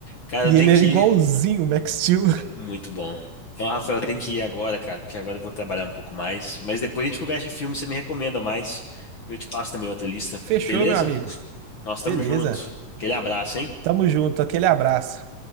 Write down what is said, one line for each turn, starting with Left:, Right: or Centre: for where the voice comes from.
Left: Cara,
Right: E
Left: eu tenho
Right: ele era
Left: que
Right: igualzinho
Left: ir. Ah,
Right: o Max Steel.
Left: Muito bom. Então, Rafael, eu tenho que ir agora, cara, porque agora eu vou trabalhar um pouco mais. Mas depois a gente conversa de filme, você me recomenda mais. Eu te passo também outra lista.
Right: <laughs> Fechou,
Left: Beleza?
Right: meu amigo.
Left: Nós estamos
Right: Beleza.
Left: juntos. Aquele abraço, hein?
Right: Tamo junto, aquele abraço.